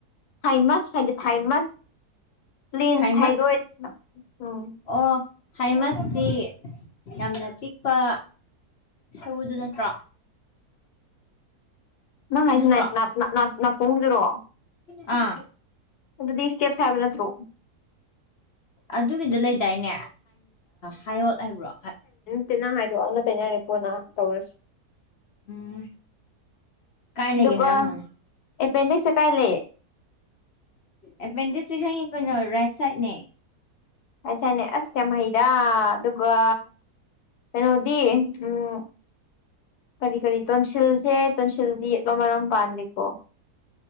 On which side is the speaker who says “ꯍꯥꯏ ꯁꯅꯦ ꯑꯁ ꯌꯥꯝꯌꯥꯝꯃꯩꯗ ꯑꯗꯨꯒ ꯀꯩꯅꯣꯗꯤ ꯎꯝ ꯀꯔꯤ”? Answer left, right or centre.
Left